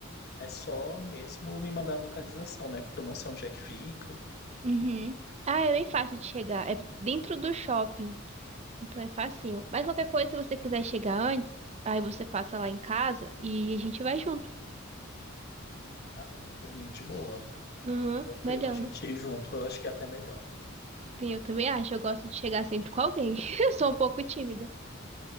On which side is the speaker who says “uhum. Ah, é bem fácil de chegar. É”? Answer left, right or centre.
Right